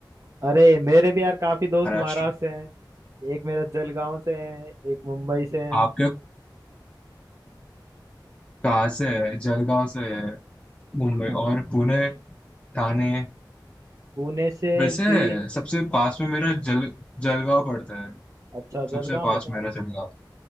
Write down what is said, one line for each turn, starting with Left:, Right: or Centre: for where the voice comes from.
Right: अरे मेरे भी यार काफी दोस्त
Left: महाराष्ट्र
Right: महाराष्ट्र से हैं एक मेरा जलगांव से है एक मुंबई से है
Left: आपके कहाँ से है जलगांव से है मुंबई
Right: हाँ।
Left: और पुणे ठाणे
Right: पुणे से
Left: वैसे
Right: भी
Left: सबसे पास में मेरा जल जलगांव पड़ता है
Right: अच्छा
Left: सबसे
Right: जलगांव
Left: पास
Right: है क्या
Left: मेरा जलगांव